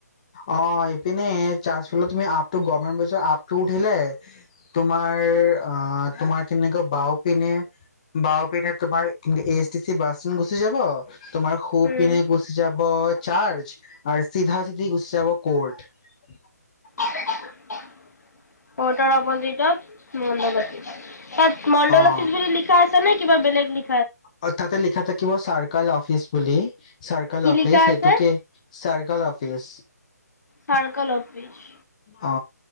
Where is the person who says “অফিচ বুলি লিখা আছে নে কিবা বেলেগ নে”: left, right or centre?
Left